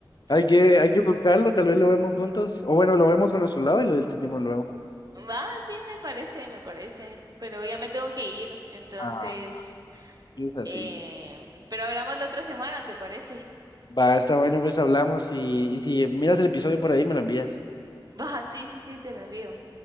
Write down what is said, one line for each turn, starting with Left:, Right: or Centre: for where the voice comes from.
Left: Hay que,
Right: Sí.
Left: hay que buscarlo, tal vez lo vemos juntos. O bueno, lo vemos a nuestro lado y lo discutimos luego.
Right: Va, sí, me parece, me parece, pero ya me tengo que ir, entonces,
Left: Ah, es así.
Right: eh, pero hablamos la otra semana, ¿te parece?
Left: Va, está bueno, pues hablamos y, y si miras el episodio por ahí, me lo envías.
Right: Va, sí, sí, sí, te lo envío.